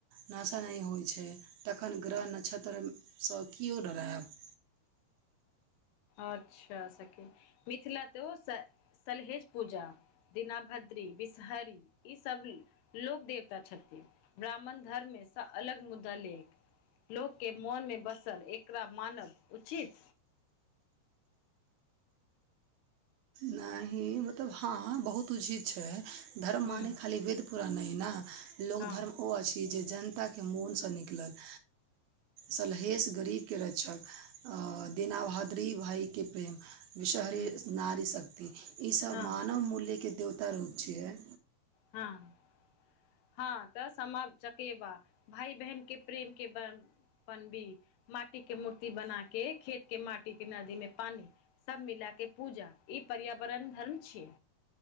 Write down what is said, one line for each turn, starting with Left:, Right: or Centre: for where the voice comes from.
Right: नशा नहि होइत छै तखन ग्रह न्षत्रसँ केओ डरायब
Left: अच्छा सखी मिथिला तऽ ओ सलहेज पूजा दीनाभद्री बिसहरी ई सब लोक देवता छथि ब्राह्मण धर्ममेसँ अलग मुद्दा लेख लोक केँ मोन मे बसल एकरा मानव उचित
Right: नहि मतलब हँ बहुत उचित छै धर्म
Left: हूं
Right: माने खाली वेद पूरान नहि नऽ लोक
Left: हँ
Right: धर्म ओ अछि जे जनताकेँ मोनसँ निकलल सलहेस गरीबकेँ रक्षक अ दीनाभाद्री भइकेँ प्रेम विषहरी
Left: हूँ
Right: नारी शक्ति ई सब
Left: हँ
Right: मानव मूल्य केँ देवता रूप छियै
Left: हँ हँ तऽ समा - चकेबा भाय बहन केँ प्रेम केँ ब बनबि भी माटी केँ मूर्ति बना केँ खेत केँ माटी केँ नदी मे पानी सब मिला केँ पूजा ई पर्यावरण धर्म छी